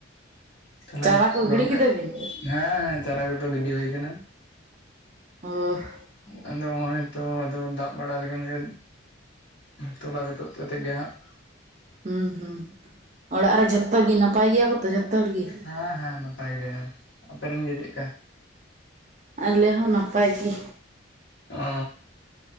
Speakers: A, on the left; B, on the right.
A: ᱛᱟᱦᱞᱮ
B: ᱪᱟᱨᱟ ᱠᱚ
A: ᱜᱚᱝᱠᱮ
B: ᱜᱤᱰᱤ ᱠᱮᱫᱟ ᱵᱤᱱ
A: ᱦᱮᱸ ᱦᱮᱸ ᱪᱟᱨᱟ ᱠᱚᱫᱚ ᱜᱤᱰᱤ ᱦᱩᱭ ᱠᱟᱱᱟ
B: ᱚᱦᱻ
A: ᱟᱫᱚ ᱱᱚᱜᱚᱭ ᱛᱚ ᱟᱫᱚ ᱫᱟᱜ ᱵᱟᱲᱟ ᱞᱮᱠᱷᱟᱱ ᱜᱮ ᱛᱚᱞᱟ ᱜᱚᱫᱚᱜ ᱛᱚ ᱛᱮ ᱜᱮ ᱦᱟᱸᱜ
B: ᱦᱩᱸ ᱦᱩᱸ ᱚᱲᱟᱜ ᱨᱮ ᱡᱷᱚᱛᱚ ᱜᱮ ᱱᱟᱯᱟᱭ ᱜᱮᱭᱟ ᱠᱚᱛᱚ ᱡᱷᱚᱛᱚ ᱦᱚᱲ ᱜᱮ
A: ᱦᱮᱸ ᱦᱮᱸ ᱱᱟᱯᱟᱭ ᱜᱮ ᱟᱯᱮ ᱨᱮᱱ ᱜᱮ ᱪᱮᱫᱠᱟ?
B: ᱟᱞᱮ ᱦᱚᱸ ᱱᱟᱯᱟᱭ ᱜᱮ
A: ᱚ‌